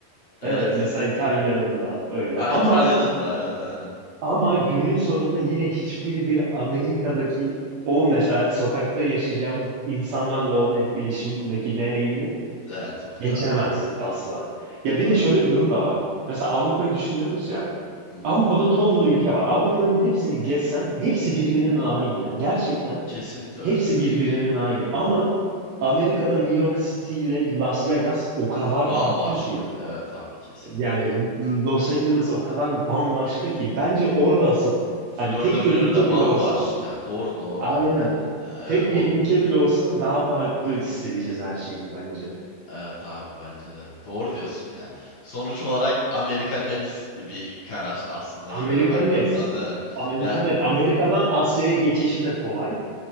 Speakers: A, on the left; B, on the right.
A: evet.
B: evet mesela
A: Hı.
B: İtalya'nın da öyle
A: Ha,
B: ama
A: İtalya'nın da evet aynen.
B: Ama günün sonunda yine hiçbiri bir Amerika'daki o mesela sokakta yaşayacağımız insanlarla olan etkileşimdeki deneyimi
A: Evet muhtemelen
B: geçemez asla. Ya
A: doğru.
B: bir de şöyle bir durum da var. Mesela Avrupa'yı düşünüyoruz ya.
A: Hı hı.
B: Avrupa'da tonlu ülke var. Avrupa'nın hepsini gezsen hepsi birbirinin aynı ya. Gerçekten
A: Kesinlikle
B: hepsi
A: öyle.
B: birbirinin aynı. Ama Amerika'da New York City ile Las Vegas o kadar
A: Bambaşka.
B: farklı ki.
A: Evet abi kesinlikle.
B: Yani Los Angeles o kadar bambaşka ki bence orada asıl
A: Florida
B: hani tek
A: Milorida
B: bir ülke
A: bambaşka.
B: bile olsa
A: Doğru doğru
B: aynen
A: abi aynen ya.
B: tek
A: Evet o
B: bir ülke bile olsa daha farklı hissedeceğiz her şeyini bence.
A: Evet abi bence de. Doğru diyorsun ya. Sonuç olarak Amerika net bir karar aslında şöyle
B: Amerika
A: baktığın
B: net.
A: zaman değil mi?
B: Amerika
A: Ya
B: net. Amerika'dan Asya'ya geçişi de kolay.